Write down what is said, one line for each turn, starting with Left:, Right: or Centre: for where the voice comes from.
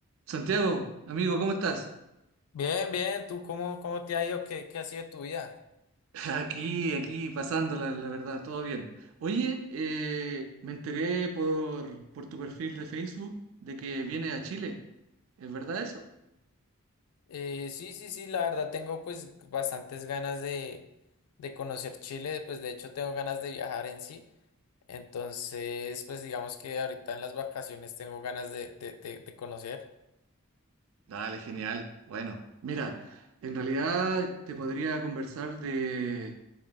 Right: Santiago, amigo, ¿cómo estás?
Left: Bien, bien, ¿tú cómo, cómo te ha ido? ¿Qué, qué ha sido de tu vida?
Right: <laughs> Aquí, aquí, pasándola, la verdad, todo bien. Oye, eh, me enteré por, por tu perfil de Facebook de que vienes a Chile. ¿Es verdad eso?
Left: Eh, sí, sí, sí, la verdad tengo pues bastantes ganas de, de conocer Chile, pues de hecho tengo ganas de viajar en sí, entonces pues digamos que ahorita en las vacaciones tengo ganas de, de, de, de conocer,
Right: Dale, genial. Bueno, mira, en realidad te podría conversar de,